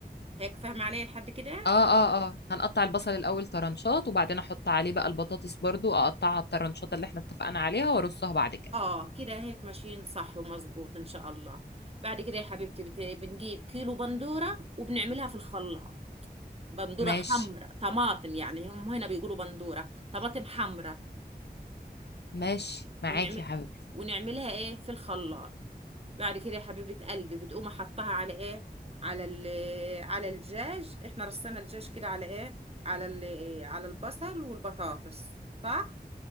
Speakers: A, on the right (about 35°); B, on the left (about 85°).
A: هيك فاهمة علي لحد كده
B: اه اه اه هنقطع البصل الأول طرنشات وبعدين أحط عليه بقى البطاطس برضو أقطعها الطرنشات اللي احنا اتفقنا عليها وأرصها بعد كده
A: اه كده هيك ماشيين صح ومظبوط ان شاء الله بعد كده يا حبيبتي بت... بنجيب كيلو بندورة وبنعملها في الخلاط بندورة
B: ماشي
A: حمراء طماطم يعني هم هنا بيقولوا بندورة طماطم حمراء
B: ماشي معاك
A: ونعمل
B: يا حبيبتي
A: ونعملها ايه في الخلاط بعد كده يا حبيبة قلبي بتقوم احطها على ايه على ال... على الدجاج احنا رصينا الدجاج كده على ايه على ال... على البصل والبطاطس صح